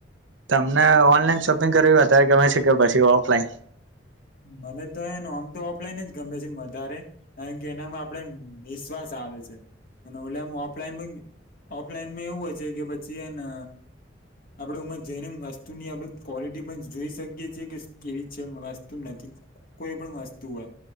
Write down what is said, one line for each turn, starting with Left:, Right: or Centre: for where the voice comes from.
Right: તમને ઓનલાઈન શોપિંગ કર્યું અત્યારે ગમે છે, કે પછી ઓફલાઈન
Left: મને તો એ આમ તો ઓફલાઈન જ ગમે છે, વધારે કારણ કે એનામાં આપડે નિશ્વાસ આવે છે, અને ઓલેમ ઓફલાઈનમાં ઓફલાઈનમાં એવું હોય છે કે પછી એને આપડે ઉમાં જઈને વસ્તુની આપડે ક્વોલિટી પણ જોઈ શકીએ છીએ કે કેવી છેસ્ત નથી કોઈ પણ વસ્તુ હોય